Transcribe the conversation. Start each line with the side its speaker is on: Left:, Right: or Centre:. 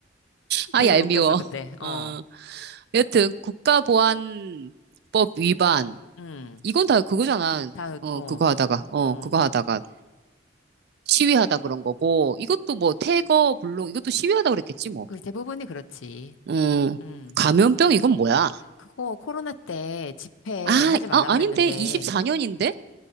Right: 아,
Left: 되게
Right: 얄미워.
Left: 웃겼어, 그때.
Right: 어.
Left: 어,
Right: 여튼, 국가보안법 위반.
Left: 음,
Right: 이건 다 그거잖아.
Left: 다,
Right: 어,
Left: 어,
Right: 그거 하다가, 어,
Left: 어.
Right: 그거 하다가 시위하다 그런 거고, 이것도 뭐, 태거, 불농, 이것도 시위하다 그랬겠지, 뭐.
Left: 그 대부분이 그렇지.
Right: 음,
Left: 음.
Right: 감염병, 이건 뭐야?
Left: 그거 코로나 때 집회
Right: 아,
Left: 하지 말라
Right: 아, 아닌데,
Left: 그랬는데,
Right: 24년인데?